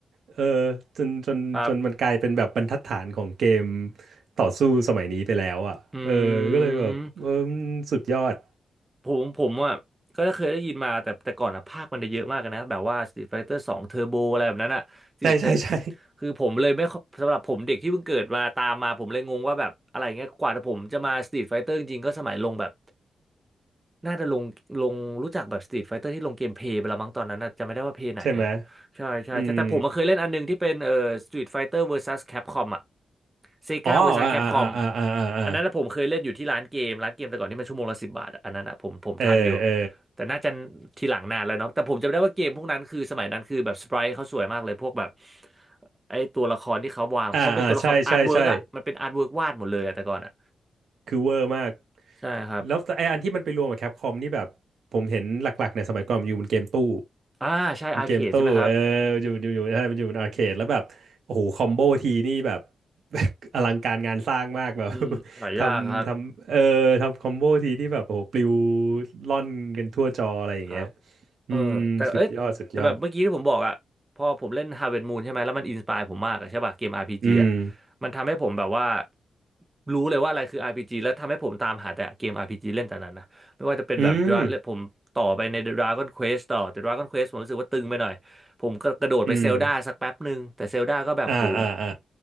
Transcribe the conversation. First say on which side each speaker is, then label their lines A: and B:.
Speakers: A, on the right; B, on the right.
A: เออจนจนจนมันกลายเป็นแบบบรรทัดฐานของเกม
B: ครับ
A: ต่อสู้สมัยนี้ไปแล้วอ่ะเออก็เลยแบบเออมันสุดยอด
B: อืม ผมผมอ่ะก็เคยได้ยินมาแต่แต่ก่อนอ่ะภาคมันจะเยอะมากเลยนะแบบว่า Street Fighter 2 Turbo อะไรแบบนั้นอ่ะสิ
A: ใช่ใช่ใช่
B: คือผมเลยไม่ค่อยสำหรับผมเด็กที่เพิ่งเกิดมาตามมาผมเลยงงว่าแบบอะไรเงี้ยกว่าผมจะมา Street Fighter จริงๆก็สมัยลงแบบน่าจะลงลงรู้จักแบบ Street Fighter ที่ลงเกมเพลย์ไปแล้วมั้งตอนนั้นนะจำไม่ได้ว่าเพลย์ไหนอ่ะ
A: ใช่ไหม
B: ใช่ใช่ใช่แต่ผมมาเคยเล่นอันหนึงที่เป็นเอ่อ
A: อืม
B: Street Fighter vs Capcom อ่ะ Sega
A: อ๋ออ่าอ่าอ่าอ่าอ่าอ่าอ่า
B: vs Capcom อันนั้นนะผมเคยเล่นอยู่ที่ร้านเกมร้านเกมแต่ก่อนที่มันชั่วโมงละสิบบาทอะอันนั้นอะผมผมทันอยู่
A: เออเออ
B: แต่น่าจะทีหลังนานแล้วเนาะแต่ผมจำได้ว่าเกมพวกนั้นคือสมัยนั้นคือแบบสไปรท์เขาสวยมากเลยพวกแบบไอตัวละครที่เขาวางเพราะเป็นตัวละครอาร์ตเวิร์กอ่ะมันเป็นอาร์ตเวิร์กวาดหมดเลยอะแต่ก่อนอ่ะ
A: อ่าอ่าใช่ใช่ใช่ คือเวอร์มาก
B: ใช่ครับ
A: แล้วไออันที่มันไปรวมกับแคปคอมนี่แบบผมเห็นหลักๆเนี่ยสมัยก่อนมันอยู่บนเกมตู้
B: อ่าใช่อาร์เคดใช่ไหมครับ
A: มันเกมตู้เออมันอยู่อยู่อยู่ใช่มันอยู่บนอาร์เคดแล้วแบบโอ้โหคอมโบทีนี่แบบ <laughs> อลังการงานสร้างมากแบบ
B: อืมหายากครับ
A: <laughs> ทำทำเออทำคอมโบทีที่แบบโอ้โหปลิวล่อนกันทั่วจออะไรอย่างเงี้ย
B: ครับ เออแต่เอ้ยแต่แบบเมื่อกี้ที่ผมบอกอะพอผมเล่น
A: อืมสุดยอดสุดยอด
B: Harvest Moon ใช่ไหมแล้วมันอินสปายผมมากอะใช่ป่ะเกม RPG
A: อืม
B: อะมันทำให้ผมแบบว่ารู้เลยว่าอะไรคือ RPG แล้วทำให้ผมตามหาแต่เกม RPG เล่นแต่นั้นนะไม่ว่าจะเป็นแบบ
A: อืม
B: Dra- ผมต่อไปใน Dragon Quest ต่อแต่ Dragon Quest ผมรู้สึกว่าตึงไปหน่อยผมก็กระโดดไปเซลดาสักแป๊บหนึ่งแต่เซลดาก็แบบโห
A: อืม อ่าอ่าอ่า